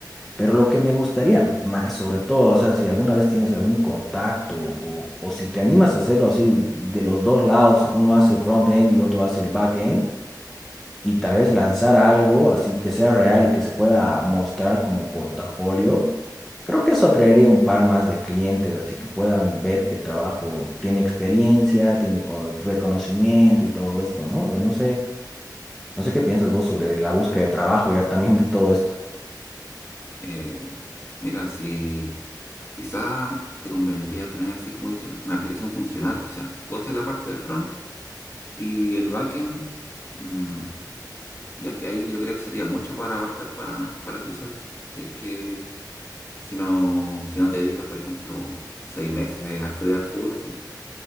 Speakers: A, in the centre; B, on the left.
A: Pero lo que me gustaría más, sobre todo, o sea, si alguna vez tienes algún contacto o, o si te animas a hacerlo así de, de los dos lados, uno hace front-end y otro hace el back-end y tal vez lanzar algo así que sea real y que se pueda mostrar como portafolio, creo que eso atraería un par más de clientes, así que puedan ver que el trabajo tiene experiencia, tiene co- reconocimiento y todo esto, ¿no? O sea, no sé, no sé qué piensas vos sobre la búsqueda de trabajo ya también de todo esto.
B: Eh, mira, si quizá te convendría tener así como dicen, una aplicación funcional, o sea, tú haces la parte de front y el backend. mm, ya que ahí yo creo que sería mucho para abarcar pa- para ti solo. Si es que si no, si no te dedicas, por ejemplo, seis meses a estudiar full, así.